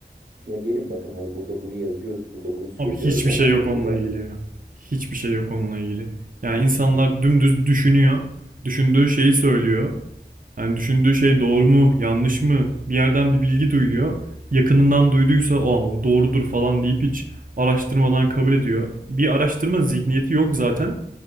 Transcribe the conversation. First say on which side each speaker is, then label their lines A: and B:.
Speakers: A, on the right; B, on the right.
A: ya gelin bakın hani burada bunu yazıyoruz burada bunu söylüyoruz
B: Abi hiçbir
A: ama
B: şey
A: hani
B: yok onunla
A: burada
B: ilgili ya. Hiçbir şey yok onunla ilgili. Yani insanlar
A: hmm,
B: dümdüz düşünüyor. Düşündüğü şeyi söylüyor. Yani düşündüğü şey doğru mu, yanlış mı? Bir yerden bir bilgi duyuyor. Yakınından duyduysa o doğrudur falan deyip hiç araştırmadan kabul ediyor. Bir araştırma zihniyeti
A: hı hı,
B: yok zaten.